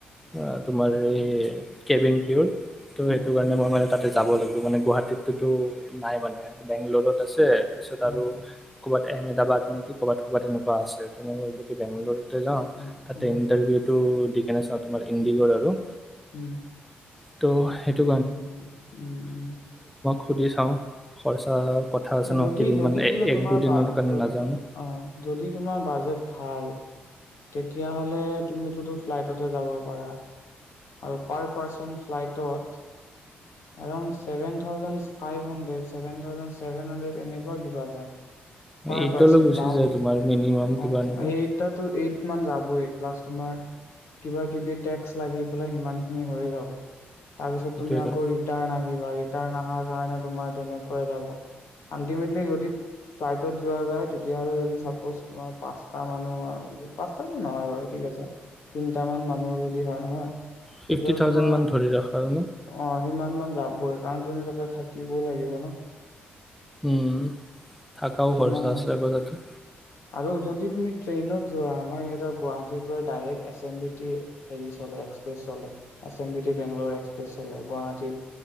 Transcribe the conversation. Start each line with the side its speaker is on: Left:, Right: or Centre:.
Centre: অ তোমাৰ এই কেবিন ক্ৰ ত'
Left: উম
Centre: সেইটো কাৰণে মই মানে তাতে যাব লাগিব মানে গুৱাহাটীততো নাই মানে বেংগলত আছে তাৰপিছত
Left: অ
Centre: আৰু ক'বাত এহমেদাবাদ নেকি ক'বাত ক'ৰবাত তেনেকুৱা আছে তই বেংগলৰ যাওঁ
Left: উম,
Centre: তাতে
Left: উম,
Centre: ইণ্টাৰভিউটো কেনে চাওঁ তোমাৰ ঈঙ্গীগডৰ আৰু
Left: উম
Centre: ত' সেইটো
Left: উম উম উম
Centre: শুধি চাওঁ খৰচা কথা আছে
Left: যদি
Centre: ন কেইদিনমান
Left: যদি বোলে
Centre: এক
Left: তোমাৰ
Centre: দুদিনৰ
Left: অ
Centre: কাৰণে নাজানো
Left: যদি তোমাৰ বাজেট ভাল তেতিয়াহ'লে তুমিতোতো ফ্লাইটতে যাব পাৰা আৰু পাৰ পাৰ্চন ফ্লাইটত around seven thousand five hundred seven thousand seven hundred এনেকুৱা কিবা যায় পাৰ
Centre: ঈদলৈ
Left: পাৰ্চন
Centre: গুচি
Left: যাওতে,
Centre: যায় তোমাৰ মিনিমাম
Left: অ
Centre: কিবা এনেকুৱা
Left: এই এইট মানে যাবই। লাষ্ট তোমাৰ কিবা কিবি টেক্সট লাগি পেলাই সিমান খিনি হৈ এ যাব। তাৰপিছত
Centre: সেইটোৱেতো
Left: তুমি আকৌ ৰিটাৰ্ণ অহাৰ কাৰণে তোমাৰ তেনেকুৱা এ যাব আল্টিমেটলী যদি ফ্লাইটত যোৱা যাই তেতিয়া হলে যদি চাপ্ৰৰ্চ তোমাৰ পাঁচটা মানুহৰ পাঁচটা টো নহয় বাৰু ঠিক আছে তিনটা মান মানুহৰ হয় নহয়
Centre: ফিফটি
Left: তেতিয়াও
Centre: থাউজেণ্ড
Left: তোমাৰ
Centre: মান ধৰি ৰখা হয়।
Left: অ সিমান মান যাবই কাৰণ তুমি তাতে থাকিবও লাগিব ন।
Centre: উম থকাও
Left: কিমান
Centre: খৰচা আছে
Left: হ'ব
Centre: বাৰু তাতে
Left: আৰু যদি তুমি ট্ৰেইনত যোৱা আমাৰ ইহতে গুৱাহাটীৰ পৰা direct S M B T হেৰি চলে এক্সপ্ৰেছ চলে এছ এম বি টি বেংগলৰ এক্সপ্ৰেছ চলে Guwahati